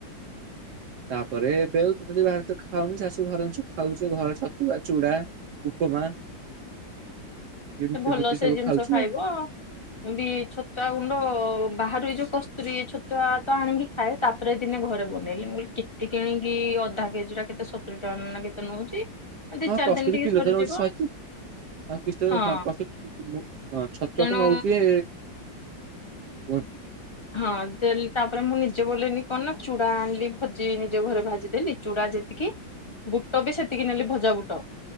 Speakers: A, on the right; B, on the left.
A: <inaudible> ତାପରେ ଏବେ ଆଉ ତୁ ଯଦି ବାହାରିଛ ଖାଉନି ଶାଶୁ ଘର ଜିଷ ଖାଉଛୁ ଘର ଛତୁ ବା ଚୁଡା ଉପମା ରୁଟି
B: ସେ ଭଲ
A: ଫୁଟି
B: ସେ
A: ସବୁ
B: ଜିନିଷ
A: ଖାଉଛ
B: ଖାଇବ
A: ଆଉ?
B: ବି ଛତୁଆ ଗୁଣ୍ଡ ବାହାରୁ ଏ ଯୋଉ କସ୍ତୁରୀ ଛତୁଆ ତ ଆଣିକି ଖାଏ ତା ତାପରେ ଦିନେ ଘରେ ବନେଇଲି ମୁଁ କହିଲି କେତେ କିଣିକି ଅଧା କେଜି ଟ କେତେ ସତୁୁରୀ ଟଙ୍କା କେତେ ନଉଛି? ଦି
A: ହଁ
B: ଚାରି
A: କସ୍ତୁରୀ
B: ଦିନ ଟିକେ
A: କିଲୋ
B: ସରିଯିବ
A: ତର ରହୁଛି ଶହେଚା ଆଉ କି
B: ହଁ
A: ହଁ ଛତୁଆ
B: ତେଣୁ
A: ତ ନଉଛି। ଉତ
B: ହଁ ଦେଲି ତାପରେ ମୁଁ ନିଜେ ବୋଲେନି କଣ ନା ଚୁଡା ଆଣିଲି ଭଜି ନିଜେ ଘରେ ଭାଜିଦେଲି ଚୁଡ଼ା ଯେ ସେତିକି ବୁଟ ବି ସେତିକି ନେଲି ଭଜା ବୁଟ